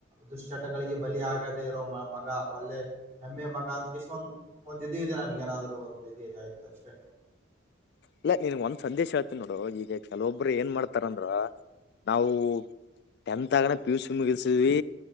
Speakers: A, on the right; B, on the left.
A: ದುಶ್ಚಟಗಳಿಗೆ ಬಲಿ ಆಗದೆೇ ಇರೋ ಮಗ ಒಳ್ಳೆ ಹೆಮ್ಮೆ ಮಗ ಅಂದಕೆಸದ ಒಂದು ಒಂದ್ ಇದು ಇದೆ ನನ್ಗೆ ಏನಾದ್ರು ಒಂದ್ ಇದ ಇದೆ ಆಯತು ಅಷ್ಟೆ
B: ಇಲ್ಲ ನೀನ್ ಒಂದ್ ಸಂದೇಶ ಹೇಳ್ತೀನಿ ನೋಡು ಈಗ ಕೆಲವೊಬ್ರು ಏನ್ ಮಾಡ್ತಾರಂದ್ರ ನಾವು ಟೆಂತ್ ಆಗನ ಪಿ ಯು ಸಿ ಮುಗಸಿದ್ವಿ